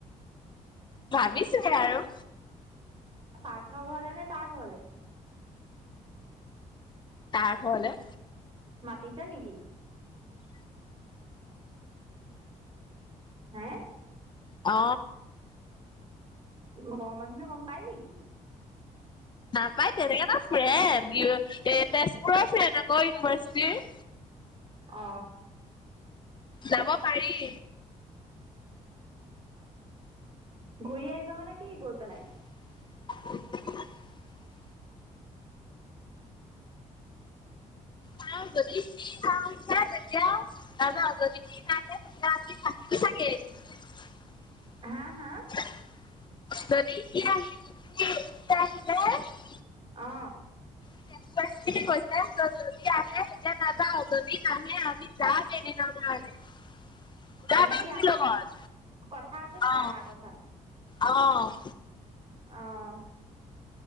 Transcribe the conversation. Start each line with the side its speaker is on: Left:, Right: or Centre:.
Left: ভাবিছোহে আৰু?
Right: পাৰ্থ ঘৰলে নে, তাৰ ঘৰলে?
Left: তাৰ ঘৰলে।
Right: মাতিছে নেকি? হে?
Left: অ।
Right: ঘৰ মানুহে গম পায় নেকি?
Left: নাপায় তেনেকে ন ফ্ৰেণ্ড, এ তেজপুৰৰ ফ্ৰেণ্ড আকৌ ইউনিভাৰ্চিটিৰ। <inaudible>
Right: অ।
Left: যাব পাৰি।
Right: ঘূৰি আহিবা গৈ নেকি পেলাই?
Left: <inaudible> <unintelligible> <unintelligible>
Right: হা! হা!
Left: <unintelligible>
Right: অ'।
Left: <unintelligible> <unintelligible>
Right: এনেকে
Left: মোৰ
Right: অহা
Left: লগত
Right: কজকথা আছে নেকি,
Left: অ',
Right: অহা কথা!
Left: অ'।
Right: অ'।